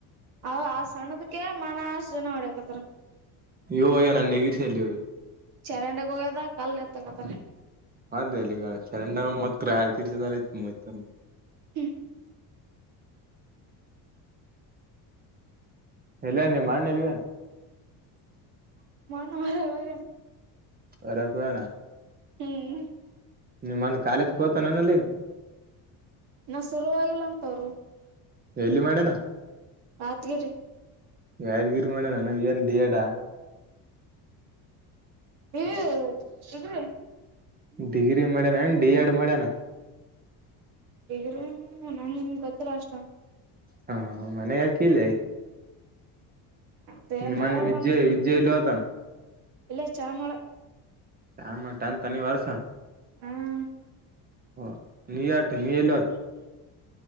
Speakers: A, on the right; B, on the right.
A: ಅವ ಆ ಸಣ್ಣದಕ್ಕೆ ಮನ ಆಷ್ಟು ಜನ ಹೊಡ್ಯಕತ್ತರ
B: ಯೋ ನ್ ಅನ್ೇಕ ಶಲ್ಯ
A: ಚರಂಡೆಗೆ ಹೋಗ್ಯದ ಕಲ್ ಎತ್ತಕತಾರೆ
B: ಅ ಅಲ್ಲಿಗ ಚರಂಡಾಗ ಮತ್ರ ಯಾರ ತಿರ್ಸಿದಾರಯತ್ಯ್ತಮ್ಮ <unintelligible>
A: ಹ್ಮ
B: ಎಲ್ಲ ನೀ ಮಾಡಲ್ಲಿವೇನ್ <unintelligible>
A: ನ <unintelligible>
B: ಅರ ಕುವಣ
A: ಹ್ಮ್
B: ನೀ ಮನ್ ಕಾಲೇಜಗೆ ಹೋತ ನನಲ್ಲಿ
A: ನ ಶುರುರುವಾಗಿಲ್ಲ ಅಂತವ್ರು
B: ಎಲ್ಲಿ ಮಾಡನಾ
A: ರಾತ್ಗಿರಿ
B: ಯಾದಗಿರಿ ಮಾಡೇಣ ನಾನ ನ್ಂತಿಯಡಾ
A: ಹ್ಮ್ ಇದ್ರಿ
B: ಡಿಗ್ರಿ ಮಾಡ್ಯನಏ ಡಿ ಎಡ್ ಮಾಡ್ಯನ
A: ಗ್ರ ನಂ ಗೊತ್ತ ರಷ್ಟ್ರ
B: ಹಾ ಮನೆಗೆ ಹಾಕಿಲ್ಲ
A: ಮತ್ತ ಏನ್
B: ನಿಮ್ಮಣ್ಣ
A: ಹೇಳಲ್ಲ
B: ವಿಜ್ಜು ವಿಜಯಲ್ಲತ
A: ಇಲ್ಲ ಚಾಮಳ
B: ಶಾಮ ತಟಾನ ತನಿವಾರ ಸ <unintelligible>
A: ಹ್ಮ್
B: ಹ ನೀ ಯತ ನೀ ಎಲತ್ತು <unintelligible>